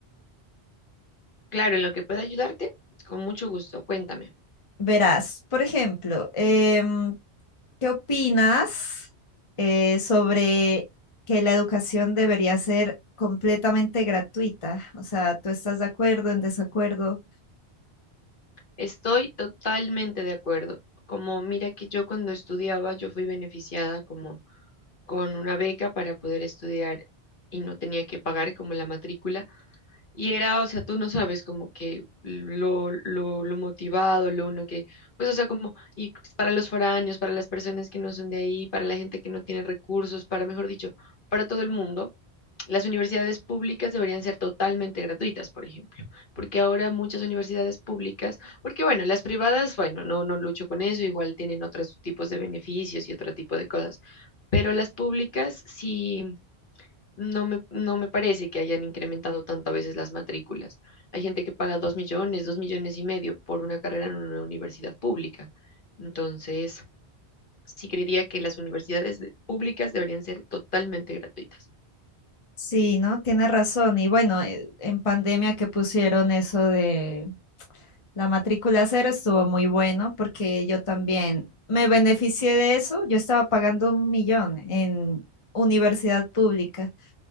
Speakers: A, on the left; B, on the left.
A: Claro, en lo que pueda ayudarte, con mucho gusto. Cuéntame.
B: Verás, por ejemplo, em, ¿qué opinas eh, sobre que la educación debería ser completamente gratuita? O sea, ¿tú estás de acuerdo, en desacuerdo?
A: Estoy totalmente de acuerdo. Como mira que yo cuando estudiaba, yo fui beneficiada como con una beca para poder estudiar y no tenía que pagar como la matrícula. Y era, o sea, tú no sabes como que lo, lo, lo motivado, lo uno que, pues, o sea, como, y para los foráneos, para las personas que no son de ahí, para la gente que no tiene recursos, para, mejor dicho, para todo el mundo, las universidades públicas deberían ser totalmente gratuitas, por ejemplo, porque ahora muchas universidades públicas porque bueno, las privadas, bueno, no, no lucho con eso, igual tienen otros tipos de beneficios y otro tipo de cosas, pero las públicas sí, no me, no me parece que hayan incrementado tanto a veces las matrículas. Hay gente que paga dos millones, dos millones y medio por una carrera en una universidad pública. Entonces, sí creería que las universidades de- públicas deberían ser totalmente gratuitas.
B: Sí, ¿no? Tiene razón. Y bueno, eh, en pandemia que pusieron eso de la matrícula cero estuvo muy bueno porque yo también me beneficié de eso. Yo estaba pagando un millón en universidad pública